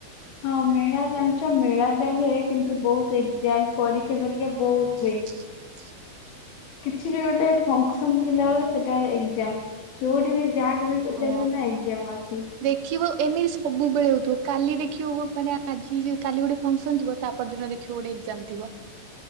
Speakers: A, on the left; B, on the right.
A: ହଁ ମେଳା ଜାଣିଛ ମେଳା ଟାଇମ ରେ କିନ୍ତୁ ବହୁତ ଏଜାମ ପରୀକ୍ଷା ପରୀକ୍ଷା ବହୁତ ହୁଏ।
B: <inaudible>
A: କିଛି ବି ଗୋଟେ ଫଙ୍କସନ ଥିଲାବେଳେ ସେଟା ଏଜାମ ଯୋଉଠି ବି ଯାହାକୁ ବି
B: ହଁ।
A: ଏକ୍ଜାମ ଅଛି
B: ଦେଖିବ ଏମିତି ସବୁବେଳେ ହଉଥିବ କାଲି ଦେଖିବ ଗୋ ମାନେ ଆଜି କାଲି ଗୋ ଫଙ୍କସନ ଥିବ ତା ପର ଦିନ ଦେଖିବ ଗୋଟେ ଏକ୍ଜାମ ଥିବ?